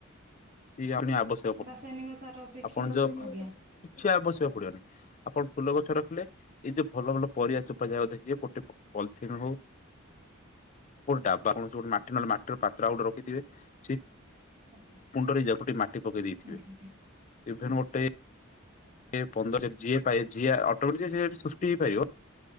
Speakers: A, on the left; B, on the right.
A: ସଏ ଆ ଆବଶ୍ୟକ <unintelligible>
B: ରାସାୟନିକ ସାର ଅପେକ୍ଷା
A: ଆପଣ ଯୋ କିଛି
B: ଆଜ୍ଞା
A: ଆବଶ୍ୟକ ପଡିବନି। ଆପଣ ଫୁଲ ଗଛ ରଖିଲେ ଏଇ ଯୋଉ ଭଲ ଭଲ ପରିବା ଚୋପା ଜାହା ଦେଖିବେ ଗୋଟେ ପଲିଥିିନ ହଉ ଗୋଟେ ଡ଼ାବା ଗୋଟେ ମାଟି ନହେଲେ ମାଟିର ପାତ୍ର ଗୋଟେ ରଖିଥିବେ ସେ
B: ଆଜ୍ଞା
A: କୁଣ୍ଡରେ ଜପଟି ମାଟି ପକେଇ ଦେଇଥିବେ
B: ଆଜ୍ଞା ସାର୍
A: ଏଭନ ଗୋଟେ ସେ ପନ୍ଦର ଯିଏ ଯିଏ ଅଟୋମେତିକି ସିଏ ସୃଷ୍ଟି ହେଇପାରିବ।